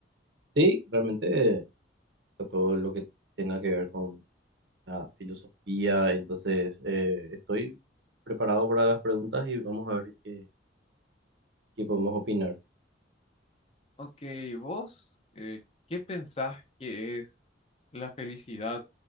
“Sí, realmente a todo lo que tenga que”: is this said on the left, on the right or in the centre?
Right